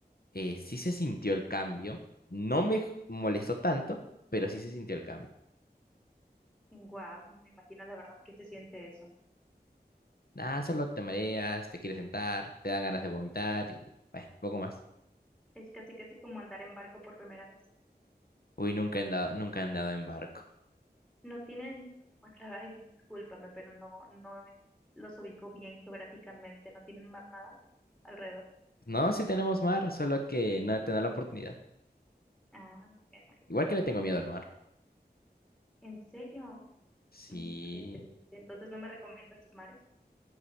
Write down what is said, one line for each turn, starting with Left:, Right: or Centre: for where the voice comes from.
Left: eh, sí se sintió el cambio. No me j- molestó tanto, pero sí se sintió el cambio.
Centre: wow, no me imagino la verdad que se siente eso.
Left: Nada, solo te mareas, te quieres sentar, te dan ganas de vomitar y bueno, poco más.
Centre: Es casi casi como andar en barco por primera vez.
Left: Uy, nunca he andado, nunca he andado en barco.
Centre: No tienen, bueno, la verdad, ay, discúlpame, pero no, no los ubico bien geográficamente, no tienen más nada alrededor,
Left: No, sí tenemos mar, solo que
Centre: ¿sí?
Left: no he tenido la oportunidad.
Centre: Ah, muy bien, muy bien.
Left: Igual que le tengo miedo al mar.
Centre: ¿En serio?
Left: Sí.
Centre: Mm, qué triste. Entonces, ¿no me recomiendas tus mares?